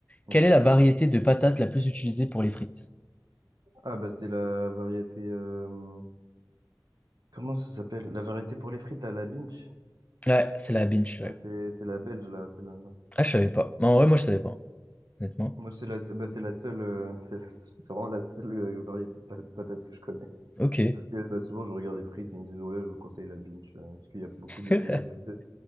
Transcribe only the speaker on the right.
OK.
Ah bah c'est la variété euh, comment ça s'appelle? La variété pour les frites à la Binch.
Ah, C'est c'est la belge là, c'est la- ouais.
Moi c'est la se- bah, c'est la seule euh, <laughs> c'est la se- c'est vraiment la seule euh, variété de pa- patates que je connais
parce que bah, souvent je regarde les frites et ils me disent ouais, je vous conseille la Binch euh, parce qu'il y a beaucoup de
plus de